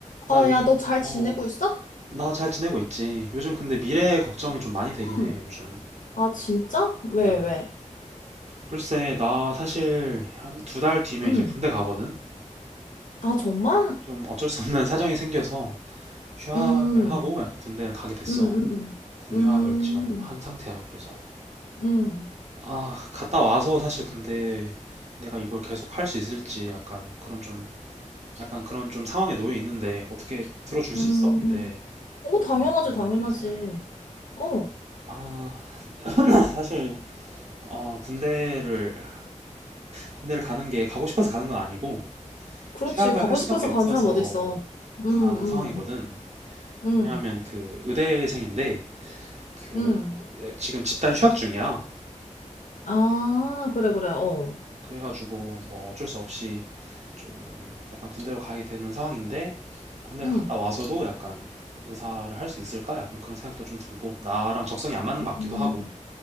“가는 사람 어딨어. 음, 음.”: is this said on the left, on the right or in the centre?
Left